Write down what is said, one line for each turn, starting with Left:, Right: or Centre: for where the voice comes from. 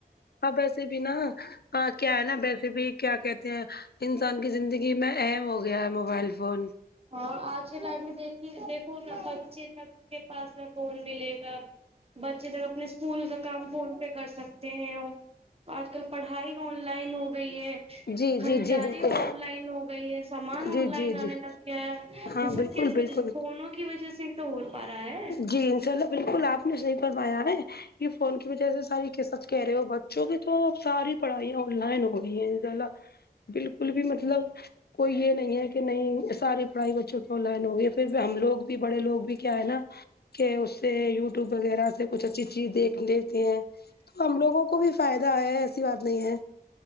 Left: اب ویسے بھی نا کیا ہے نا ویسے بھی کیا کہتے ہیں انسان کی زندگی میں اہم ہو گیا ہے موبائل فون
Right: ہاں آج کے ٹائم میں دیک دیھکوا بچے تک کے پاس میں فون ملے گا بچے تک اپنے اسکول کا کام فون پہ کر سکتے ہیں آج کل پڑھائی آن لائن ہو گئی ہے
Left: جی
Right: خریداری
Left: جی جی بالکل
Right: آن لائن ہو گئی ہے سامان
Left: جی
Right: آن لائن
Left: جی جی
Right: آنے لگ گیا
Left: ہاں
Right: یہ سب
Left: بالکل
Right: کس وجہ
Left: بالکل
Right: سے فونوں کی وجہ سے تو ہو پا رہا ہے
Left: جی انشاء اللہ بالکل آپ نے صحیح فرمایا ہے یہ فون کی وجہ سے ساری سچ کہہ رہے ہو بہت چکہ تو اب ساری پڑھائیاں آن لائن ہو گئی ہیں بالکل بھی مطلب کوئی یہ نہیں یہ کہ نہیں ساری پڑھائی بچوں کی آن لائن ہوگی پھر ہم لوگ بھی بڑے لوگ بھی کیا ہے نا کہ اس سے یوٹیوب وغیرہ سے کچھ اچھی چیز دیکھ لیتے ہیں تو ہم لوگوں کو بھی فائدہ آیا ہے ایسی بات نہیں ہے